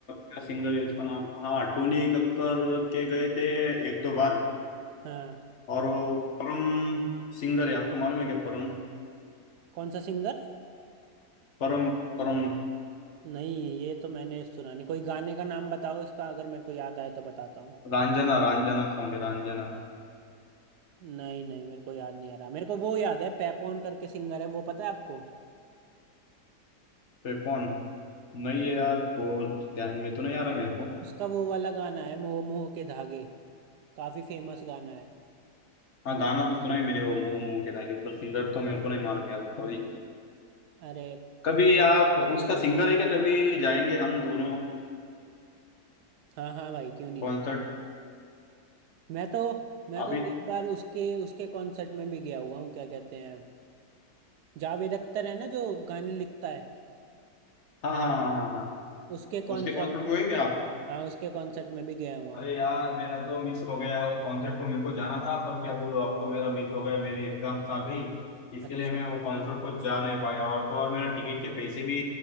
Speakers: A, on the left (about 45°); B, on the right (about 70°).
A: क्या सिंगर है उसका नाम हाँ टोनी कक्कर के गए थे एक दो बार
B: हाँ
A: और वो परम सिंगर है आपको मालूम है क्या परम
B: कौन सा सिंगर
A: परम परम
B: नहीं ये तो मैंने सुना नहीं कोई गाने का नाम बताओ इसका अगर मेरे को याद आए तो बताता हूँ
A: रंजना रंजना सॉन्ग है रंजना
B: नहीं नहीं मेरे को याद नहीं आ रहा मेरे को वो याद है पैपॉन करके सिंगर है वो पता है आपको
A: पे कौन नहीं है यार को ध्यान में तो नहीं आ रहा मेरे को
B: उसका वो वाला गाना है मोह मोह के धागे काफी फेमस गाना है
A: हाँ गाना तो सुना है मैंने वो मुंह मुंह के ताकि पर सिंगर तो मेरे को नहीं मालूम यार सॉरी
B: अरे
A: कभी आप उसका सिंगर है क्या कभी जाएंगे हम दोनों
B: हाँ हाँ भाई क्यों नहीं
A: कॉन्सर्ट
B: मैं तो मैं
A: अभी
B: तो एक बार उसके उसके कॉन्सर्ट में भी गया हुआ हूँ क्या कहते हैं जावेद अख्तर है ना जो गाने लिखता है
A: हाँ हाँ हाँ हाँ हाँ हाँ
B: उसके कॉन्सर्ट
A: उसके कॉन्सर्ट को
B: में
A: गए क्या आप
B: हाँ उसके कॉन्सर्ट में भी गया हुआ हूँ
A: अरे यार मेरा तो मिस हो गया वो कॉन्सर्ट को मेरे को जाना था पर क्या बोलूं आपको मेरा मिस हो गया मेरी एग्जाम्स आ गई इसके
B: अच्छा
A: लिए मैं वो कॉन्सर्ट को जा नहीं पाया और तो और मेरा टिकट के पैसे भी